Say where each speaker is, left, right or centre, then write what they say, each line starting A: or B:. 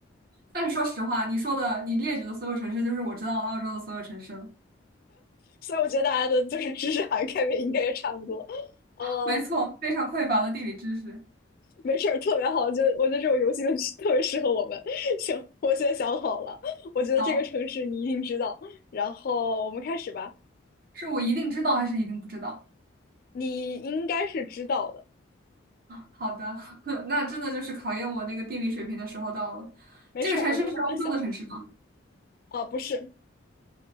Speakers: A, on the right (about 45°); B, on the left (about 45°).
A: 但是说实话，你说的，你列举的所有城市，就是我知道的澳洲的所有城市了。
B: 所以我觉得大家的就是知识涵盖面应该也差不多。呃，
A: 没错，非常匮乏的地理知识。
B: 没事儿，特别好。就我觉得这种游戏就 <laughs> 特别适合我们。<laughs> 行，我现在想好了，我觉得这个城市你一定知道。
A: 好，
B: 然后我们开始吧，
A: 是我一定知道还是一定不知道？
B: 你应该是知道的。
A: 好的，<laughs> 那真的就是考验我那个地理水平的时候到了。
B: 没事儿，
A: 这个城市是欧洲的城市吗？
B: 我们慢慢想。啊，不是，